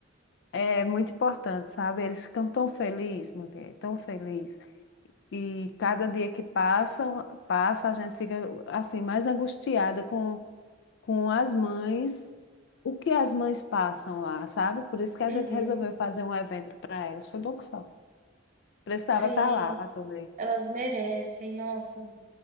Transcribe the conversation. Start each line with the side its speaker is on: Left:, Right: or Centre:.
Left: é muito importante, sabe? Eles ficam tão felizes, mulher, tão felizes. E cada dia que passa, passa, a gente fica assim mais angustiada com, com as mães, o que as mães passam lá, sabe? Por isso que a
Right: Uhum.
Left: gente resolveu fazer um evento para elas. Foi bom que só. Precisava
Right: Sim,
Left: estar lá para tu ver.
Right: elas merecem, nossa.